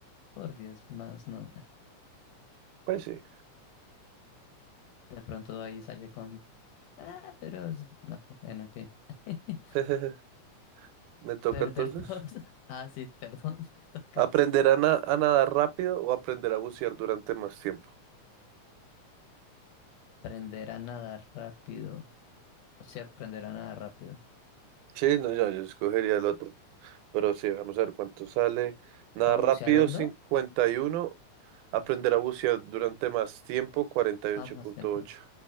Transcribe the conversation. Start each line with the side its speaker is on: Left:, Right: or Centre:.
Left: Por 10 más, no.
Right: Pues sí.
Left: De pronto ahí sale con... Ah, pero... es- No, bueno, en fin. <laughs>
Right: <laughs> Me toca
Left: Perder
Right: entonces.
Left: todos. <laughs> Ah, sí, perdón, <laughs> te toca a
Right: ¿Aprender
Left: ti.
Right: a, na- a nadar rápido o aprender a bucear durante más tiempo?
Left: Aprender a nadar rápido. O sea, aprender a nadar rápido.
Right: Sí, no, yo, yo escogería el otro. Pero sí, vamos a ver cuánto sale. Nada
Left: ¿O a
Right: rápido,
Left: bucear hondo?
Right: cincuenta y uno Aprender a bucear durante más tiempo, cuarenta y ocho
Left: Ah, más
Right: punto
Left: tiempo.
Right: ocho